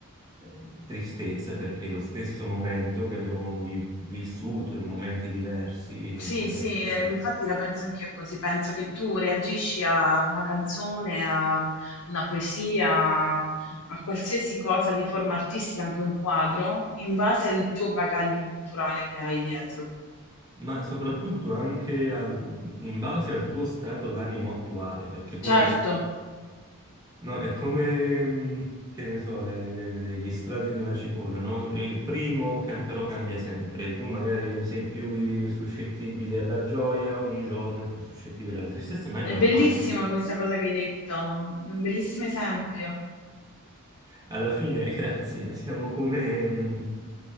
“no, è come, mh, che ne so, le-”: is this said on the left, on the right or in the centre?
Right